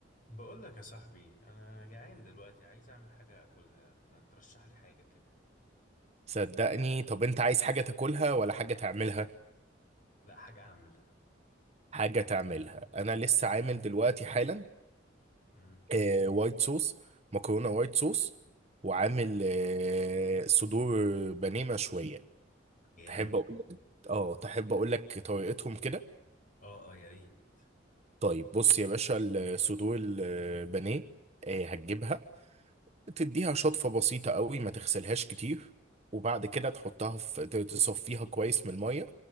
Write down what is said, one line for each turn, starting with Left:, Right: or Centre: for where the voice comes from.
Left: بقول لك يا صاحبي انا جعان دلوقتي عايز اعمل حاجه اكلها ما ترشح لي حاجه كده
Right: صدقني طب انت عايز حاجة تاكلها ولا حاجة تعملها
Left: لا حاجه اعملها
Right: حاجة تعملها انا لسه عامل دلوقتي حالا
Left: امم
Right: آه وايت صوص مكرونة وايت صوص وعامل آه صدور بانيه مشوية
Left: جامد
Right: تحب اقول لك اه تحب اقول لك طريقتهم كده
Left: اه اه يا ريت
Right: طيب بص يا باشا الصدور البانيه آه هتجيبها تديها شطفة بسيطة قوي ما تغسلهاش كتير وبعد كده تحطها في ت- تصفيها كويس من المية